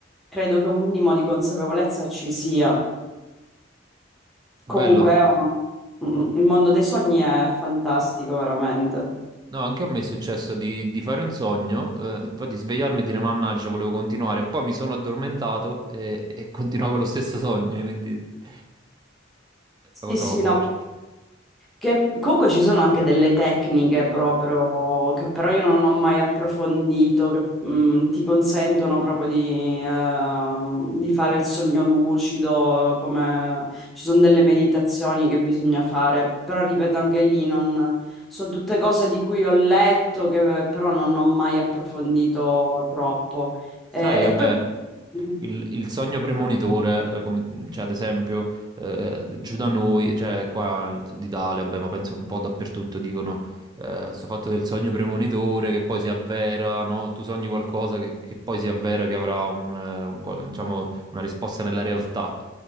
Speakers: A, in the centre; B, on the right.
A: credo che un minimo di consapevolezza ci sia.
B: Bello.
A: Comunque è un- mm, mm, il mondo dei sogni è fantastico, veramente.
B: No, anche a me è successo di, di fare un sogno, eh, poi di svegliarmi e dire mannaggia, volevo continuare. Poi mi sono addormentato e, e continuavo lo stesso sogno, quindi <laughs>
A: Sì,
B: la cosa
A: sì,
B: forte.
A: no. Che comunque ci sono anche delle tecniche proprio che però io non ho mai approfondito, che mh, ti consentono proprio di, eh, di fare il sogno lucido, come ci sono delle meditazioni che bisogna fare, però ripeto anche lì non, sono tutte cose di cui ho letto che però non ho mai approfondito troppo. Eh,
B: Sai, vabbè,
A: e poi mhmm,
B: il, il sogno premonitore, eh, come- cioè ad esempio eh, giù da noi, cioè qua in Sud Italia, vabbè, ma penso un po' dappertutto dicono eh, sto fatto del sogno premonitore che poi si avvera, no? Tu sogni qualcosa che, che poi si avvera, che avrà un, eh, un qual- diciamo, una risposta nella realtà.